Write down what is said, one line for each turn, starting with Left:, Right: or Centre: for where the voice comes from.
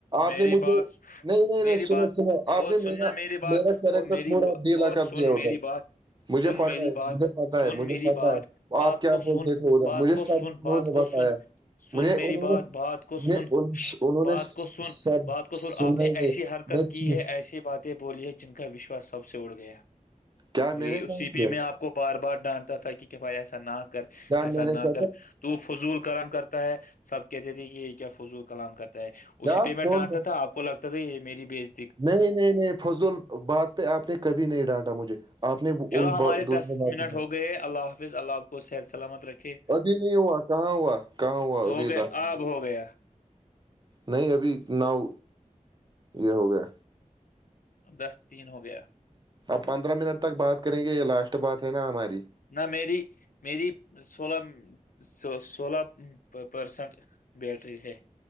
Right: آپ
Left: میری
Right: نے مجھے
Left: بات
Right: نہیں نہیں نہیں
Left: میری
Right: سناو
Left: بات
Right: سناو آپ
Left: او
Right: نے
Left: سننا
Right: میرا
Left: میری بات
Right: میرا کرریکٹر
Left: او میری
Right: تھوڑا
Left: با-
Right: ڈھیلا
Left: او
Right: کر
Left: سن
Right: دیا ادھر
Left: میری بات
Right: مجھے
Left: سن
Right: پ
Left: میری بات
Right: مجھے پتا
Left: سن
Right: ہے مجھے
Left: میری
Right: پتا
Left: بات
Right: ہے
Left: بات
Right: آپ کیا
Left: کو
Right: بولتے
Left: سن
Right: تھے ادھر
Left: بات
Right: مجھے
Left: کو
Right: سب
Left: سن
Right: انہوں
Left: بات
Right: نے
Left: کو
Right: بتایا
Left: سن سن
Right: مجھے
Left: میری
Right: انہوں
Left: بات
Right: نے
Left: بات کچھ
Right: مجھے
Left: سن
Right: انہوں
Left: بات
Right: نے سب
Left: کو سن بات کو سن
Right: سنا
Left: آپ نے
Right: ہی نہیں
Left: ایسی حرکت کی ہے ایسی ایسی باتیں بولی جن کا وشواس سب سے اڑ گیا
Right: کیا
Left: یہ
Right: میں نے کہا
Left: اسی پہ
Right: کیا
Left: میں آپ کو بار بار ڈانتا تھا کہ کہ بھائی ایسا نہ کر
Right: کیا
Left: ایسا
Right: مل
Left: نہ
Right: کیا
Left: کر
Right: کہ
Left: تو فضول کلام کرتا ہے سب کہتے تھے کہ یہ کیا فضول کلام کر
Right: کیا
Left: اسی پہ میں
Right: کون
Left: ڈانٹتا تھا آپ کو لگتا تھا یہ میری بیج
Right: نہیں نہیں نہیں فضول بات پہ آپ نے کبھی نہیں ڈانٹا مجھے آپ نے ان
Left: چلو
Right: با-
Left: ہمارے
Right: دوسرے
Left: دس
Right: باتوں
Left: منٹ
Right: پہ
Left: ہو گئے اللہ حافظ اللہ آپ کو صحت سلامت رکھھیے
Right: ابھی نہیں ہوا کہاں ہوا کہاں ہوا
Left: ہو
Right: ابھی
Left: گیا
Right: دس
Left: آب ہو گیا
Right: نہیں ابھی نؤ یہ ہو گیا
Left: دس تین ہو گیا
Right: اپ پندرہ منٹ تک بات کریں گے یہ لاسٹ بات ہے نا ہماری
Left: نہ میری میری سولہ سو سولہ پرسنٹ بیٹری ہے